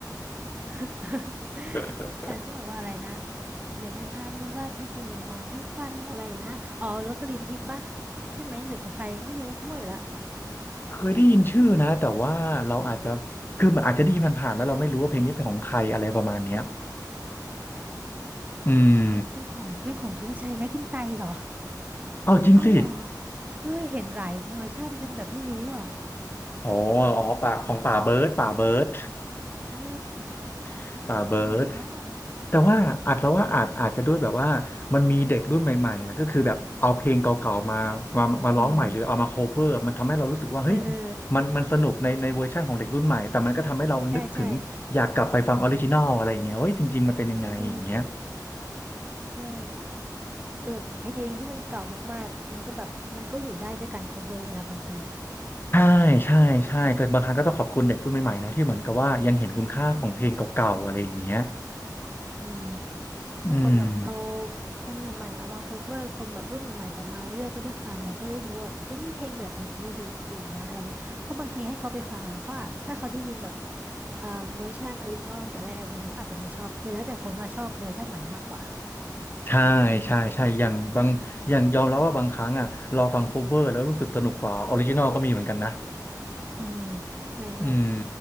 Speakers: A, on the right (about 20°); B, on the left (about 30°).
A: <laughs>
B: <laughs>
A: แต่ที่บอกว่าอะไรนะอยากจะถามดูว่าเธอเป็นดังหมอกหรือควันอะไรนะอ๋อโรสลินทิพย์ปะใช่ไหมหรือของใครไม่รู้มั่วอีกแล้ว
B: เคยได้ยินชื่อนะแต่ว่าเราอาจจะคือมันอาจจะได้ยินผ่านๆแล้วเราไม่รู้ว่าเพลงนี้เป็นของใครอะไรประมาณเนี้ยอืม
A: เอ้าเป็นของเป็นของธงชัยไหมกินไตร์เหรอ
B: เอาจริงสิ
A: อ๋อเหรอ เอ้ยเห็นหลายเวอร์ชั่นจนแบบไม่รู้อ่ะ
B: อ๋ออ๋อป่าของป่าเบิร์ดป่าเบิร์ด
A: เออ
B: <laughs> ป่าเบิร์ด
A: โอ้ my god
B: แต่ว่าอาจแล้วว่าอาจอาจจะด้วยแบบว่ามันมีเด็กรุ่นใหม่ๆนะก็คือแบบเอาเพลงเก่าๆมามามาร้องใหม่หรือเอามาโคเวอร์มันทำให้เรารู้สึกว่าเฮ้ย
A: อืมเออเออ
B: มันมันสนุกในในเวอร์ชันของเด็กรุ่นใหม่แต่มันก็ทำให้เรานึกถึงอยากกลับไปฟังออริจินอลอะไรอย่างเงี้ยเฮ้ยจริงๆมันเป็นยังไงอย่างเงี้ย
A: ใช่ใช่อืมใช่ แต่แบบเพลงที่มันเก่ามากๆมันก็แบบมันก็อยู่ได้ด้วยการ cover นะบางทีอ่ะ
B: ใช่ใช่ใช่ก็บางครั้งก็ต้องขอบคุณเด็กรุ่นใหม่ๆนะที่เหมือนกับว่ายังเห็นคุณค่าของเพลงเก่าๆอะไรอย่างเงี้ย
A: อืม
B: อืม
A: พอแบบเอาคนใหม่ๆเอามา cover คนแบบรุ่นใหม่ๆต่อมาเรื่อยๆก็ได้ฟังไงก็ได้ดูว่าแบบเอ้ยมีเพลงแบบนี้ดูอยู่นะอะไรเงี้ยเพราะบางทีให้เขาไปฟังอ่ะเขาอาจถ้าเขาได้ยินแบบเอ่อเวอร์ชันออริจินอลตั้งแต่แรกบางทีเขาอาจจะไม่ชอบคือแล้วแต่คนว่าชอบเวอร์ชันไหนมากกว่า
B: ใช่ใช่ใช่อย่างบางอย่างยอมรับว่าบางครั้งอ่ะเราฟังโคเวอร์แล้วรู้สึกสนุกกว่าออริจินอลก็มีเหมือนกันนะ
A: อืมใช่ใช่
B: อืม